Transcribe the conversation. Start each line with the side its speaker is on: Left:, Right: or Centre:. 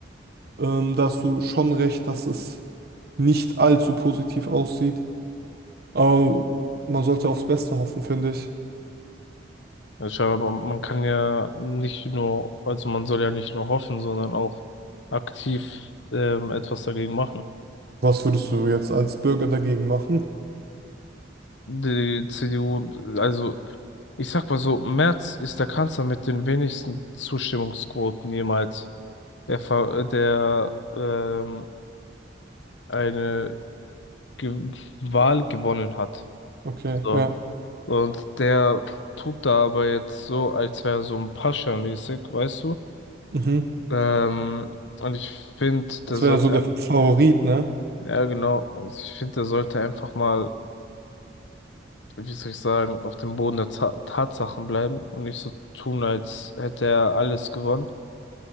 Right: ähm, da hast du schon recht, dass es nicht allzu positiv aussieht. Aber man sollte aufs Beste hoffen, finde ich.
Left: Ja, Scheinbar, man man kann ja nicht nur, also man soll ja nicht nur hoffen, sondern auch aktiv ähm, etwas dagegen machen.
Right: Was würdest du jetzt als Bürger dagegen machen?
Left: die CDU, also ich sag mal so, Merz ist der Kanzler mit den wenigsten Zustimmungsquoten jemals, der, ver- der ähm, eine Ge Wahl gewonnen hat.
Right: Okay,
Left: So.
Right: ja.
Left: Und der tut da aber jetzt so, als wäre er so ein Pascha-mäßig, weißt du?
Right: Mhm.
Left: Ähm, und ich finde,
Right: Das
Left: der sollte,
Right: wäre ja so der Favorit, ne?
Left: ja genau, und ich finde, der sollte einfach mal wie soll ich sagen, auf dem Boden der Ta Tatsachen bleiben und nicht so tun, als hätte er alles gewonnen.